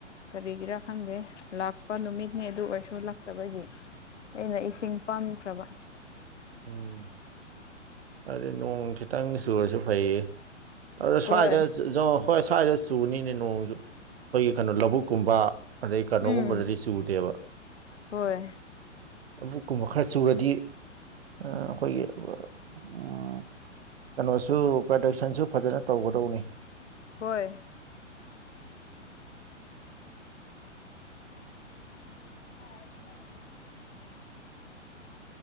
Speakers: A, on the left; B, on the right.
A: ꯀꯔꯤꯒꯤꯔ ꯈꯪꯗꯦ ꯂꯥꯛꯄ ꯅꯨꯃꯤꯠꯅꯦ ꯑꯗꯨ ꯑꯣꯏꯔꯁꯨ ꯂꯥꯛꯇꯕꯒꯤ ꯑꯩꯅ ꯏꯁꯤꯡ ꯄꯥꯃꯨꯈ꯭ꯔꯕ
B: ꯎꯝ ꯑꯗꯨ ꯅꯣꯡ ꯈꯤꯇꯪ ꯆꯨꯔꯁꯨ ꯐꯩꯌꯦ ꯑꯗꯨ ꯁ꯭ꯋꯥꯏꯗ
A: ꯍꯣꯏ
B: ꯖꯣꯔꯣ ꯍꯣꯏ ꯁ꯭ꯋꯥꯏꯗ ꯆꯨꯅꯤꯅꯦ ꯅꯣꯡꯁꯨ ꯑꯩꯈꯣꯏꯒꯤ ꯀꯩꯅꯣ ꯂꯧꯕꯨꯛ ꯀꯨꯝꯕ ꯑꯗꯩ ꯀꯩꯅꯣꯒꯨꯝꯕꯗꯗꯤ
A: ꯎꯝ
B: ꯆꯨꯗꯦꯕ
A: ꯍꯣꯏ
B: ꯂꯧꯕꯨꯛꯀꯨꯝꯕ ꯈꯔ ꯆꯨꯔꯗꯤ ꯑꯥ ꯑꯩꯈꯣꯏꯒꯤ ꯎꯝ ꯀꯩꯅꯣꯁꯨ ꯄ꯭ꯔꯗꯛꯁꯟꯁꯨ ꯐꯖꯅ ꯇꯧꯒꯗꯧꯅꯤ
A: ꯍꯣꯏ <unintelligible>